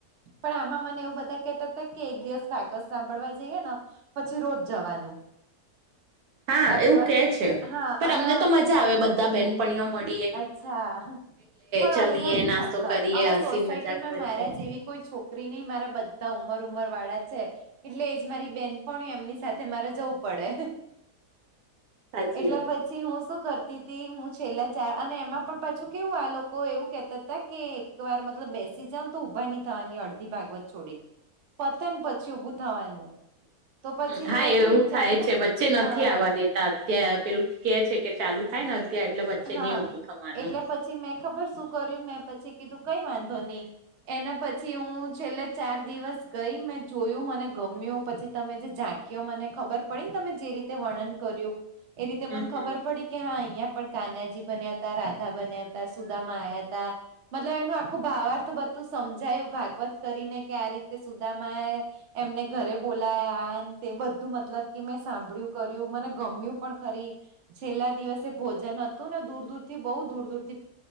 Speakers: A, on the right; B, on the right.
A: પણ આમાં મને એવું બધા કેતા હતા કે એક દિવસ ભાગવત સાંભળવા જઈએ ને પછી રોજ જવાનું
B: હા,
A: અથવા
B: એવું કે છે,
A: હા
B: પણ
A: અને
B: અમને તો મજા આવે બધા બેનપણીઓ મળ
A: અચ્છા, પણ
B: જમીએ
A: અહીંયા આમ
B: નાસ્તો
A: સાંભળો
B: કરીએ
A: અવ
B: હસી
A: સોસાયટીમાં
B: મજાક કરીએ
A: મારા જેવી કોઈ છોકરી ની, મારા બધા ઉંમર-ઉંમર વાળા છે એટલે એજ મારી બેન પણીઓ એમની સાથે મારે જવું પડે,
B: સાચી
A: એટલે
B: વાત
A: પ છી હુ શું કરતી તી મુ છેલ્લે ચા અને એમાં પણ પાછું કેવું આ લોકો એવું કેહતા તા કે એકવાર મતલબ બેસી જાવન તો ઊભા નઈ થવાની અડ ધી ભાગવત છોડી ન, પત ન પછી ઉભું થવાનું. તો પછી
B: હમ, હા
A: મેં
B: એવું
A: વિચાર્યું
B: થાય છે, વચ્ચે
A: હા
B: નથી આવા દે તા ત્યા પેલું કે છે કે ચાલુ થાય ન અત્યા એટલે વચ્ચે
A: હા
B: ની ઊભું થવાનું.
A: એટલે પછી મેં ખબર શું કર્યું? મેં પછી કીધું કઈ વાંધો ની. એના પછી હું છેલ્લે ચાર દિવસ ગઈ, મેં જોયું, મને ગમ્યું પછી તમે જે ઝાંક્યો મને ખબર પડીન તમે જે રીતે વર્ણન કર્યું એ રીતે
B: હમ
A: મને
B: હમ
A: ખબર પડી કે હા અહિયા પણ કાનાજી બન્યા તા, રાધા બન્યા તા, સુદામા આયા તા મતલબ એમનું આખું ભાાવર્થ બધું સમજાયું ભાગવત કરીને કે, આ રીતે સુદામા એમને ઘરે બોલાયા આન તે બધું મતલબ કે, મેં સાંભળ્યું કર્યું, મને ગમ્યું પણ ખરી. છેલ્લા દિવસે ભોજન હતું ને દૂર-દૂરથી બઉ દૂર-દૂરથી